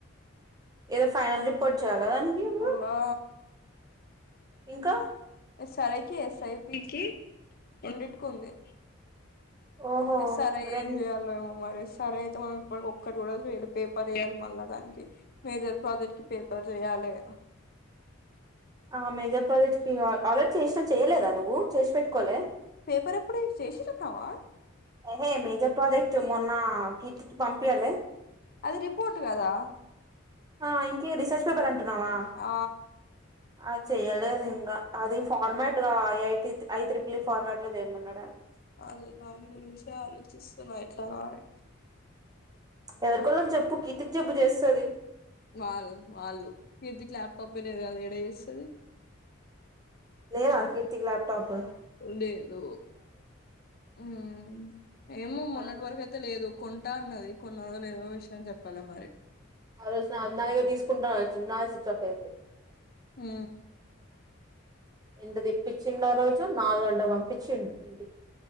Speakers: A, on the right; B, on the left.
A: ఏదో ఫైనల్ రిపోర్ట్ చేయాలా దానికి ఇప్పుడు
B: ఇం గా
A: ఇంకా
B: ఎస్ఆర్ఐకి ఎస్ఐపికిి రెండిటికి ఉంది.
A: ఓహో
B: ఎస్ ర్ ఐ
A: రెం
B: ఏం జెయాలో ఏమో మారేసు సరే అయితే మనం ఇప్పటికీ ఒక్కటి గుడా చేయాలె పేపర్ ఇయాలి మళ్ళా దానికి మేజర్ ప్రాజెక్ట్ కి పేపర్ చేయ్యాలె
A: ఆ మేజర్ ప్రాజెక్ట్ కి ఆల్రెడీ చేసినా చేయలేదా నువ్వు చేసి పెట్టుకోవలే
B: పేపర్ ఎప్పుడు చేసెసున్నావా
A: హేహే మేజర్ ప్రాజెక్ట్ మొన్న కీర్తికి పంపియలే
B: అది రిపోర్ట్ గదా
A: ఆ ఇంకే రీసెర్చ్ పేపర్ అంటున్నావా
B: ఆ
A: అది చెయ్యాదింగా అది ఫార్మాట్ గ I I T I triple E format లో చేయమన్నాడది
B: అదే దాని గురించే ఆలోచిస్తున్నా ఎట్లన అని
A: ఎవరికోవారికి చెప్పూ కీర్తికి చెప్పు చేస్తది
B: వాళ్ళ వాళ్ళు కీర్తికి లాప్టాప్ పే లేదు కదా ఎడా చేస్తది
A: లేద కీర్తికి ల్యాప్టాప్పూ
B: లేదు ఉహ్ ఏమో మొన్నటి
A: ఆ రోజు
B: వరకు అయి తె లేదు కొంటా అన్నది కొన్నదోలేదో విషయం చెప్పలేమరి.
A: ఆ రోజు నన్నడిగే తీసుకుంటా అని వచ్చింది నాదే స్విచ్ ఆఫ్ అయింది.
B: హ్
A: ఎంత తిప్పిచ్చిండు ఆ రోజు నాలుగంట్లకి పంపించ్చిండు ఇంటికి.